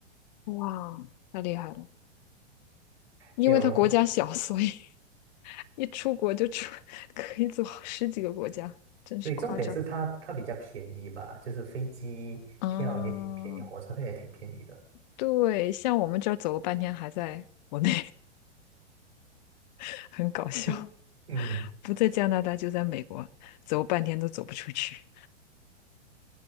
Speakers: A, on the left; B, on the right.
A: 哇，太厉害了，因为它国家小，
B: 就，
A: 所以 <laughs> 一出国就出，<laughs> 可以走十几个国家，真是夸张。
B: 对，重点是它它比较便宜吧，就是飞机票也挺便宜，
A: 嗯，
B: 火车票也挺便宜的。
A: 对，像我们这儿走了半天还在国内，<laughs> 很搞笑。
B: 嗯，嗯，
A: 不在加拿大就在美国，走半天都走不出去。